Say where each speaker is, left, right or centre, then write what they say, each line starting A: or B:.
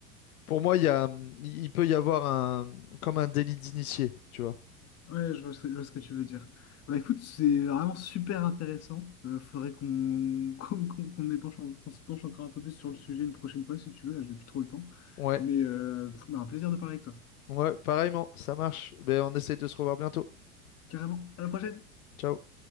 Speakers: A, on the left (about 75°); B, on the left (about 35°).
A: Pour moi, il y a, hum, il peut y avoir un, comme un délit d'initié, tu vois.
B: Ouais, je vois ce que, je vois ce que tu veux dire. Bah écoute, c'est vraiment super intéressant. Euh, faudrait qu'on <laughs> qu'on qu'on- qu'on épanche en- qu'on se penche encore un peu plus sur le sujet une prochaine fois si tu veux. Là, j'ai plus trop le temps.
A: Ouais,
B: Mais euh, pff, bah, un plaisir de parler avec toi.
A: ouais, pareillement, ça marche. Ben, on essaye de se revoir bientôt.
B: Carrément. À la prochaine!
A: Ciao.